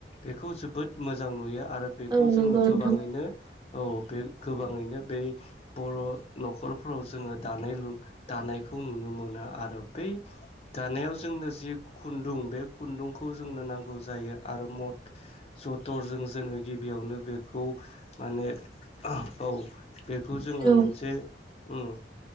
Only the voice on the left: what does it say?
बेखौ जोबोद मोजां नुयो आरो बेखौ
जोङो गोबाङैनो
औ बे गोबाङैनो बे बर' नखरफ्राव जोङो दानाय लु दानाय खौ नुनो मोना आरो बै दानायाव जोंनो जि खुन्दुं बे खुन्दुंखौ जोंनो नांगौ जायो आरो मद जथरजों जोङो गिबियावनो बेखौ माने औ बेखौ जोङो
मोनसे ओम